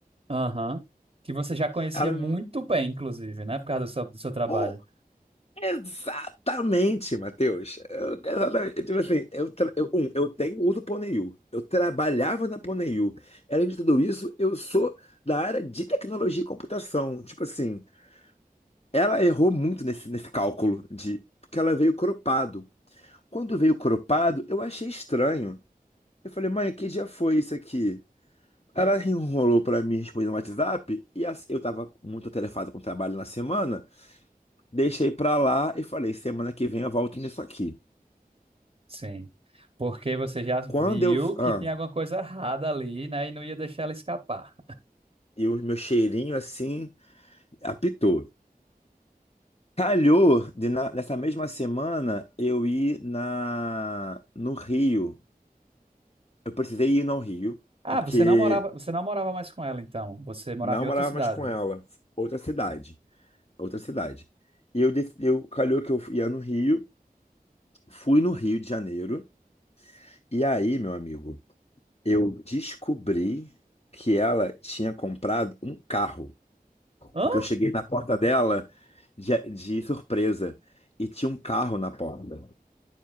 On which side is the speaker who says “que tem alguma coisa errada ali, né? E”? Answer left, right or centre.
Right